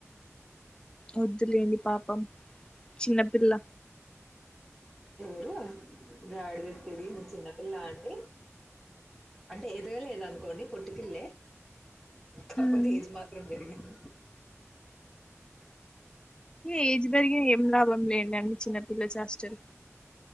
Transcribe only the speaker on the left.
వద్దులేడి పాపం చిన్నపిల్ల
హ్మ్.
ఏజ్ పెరిగిన ఏం లాభం లేండి చిన్నపిల్ల చేష్టలు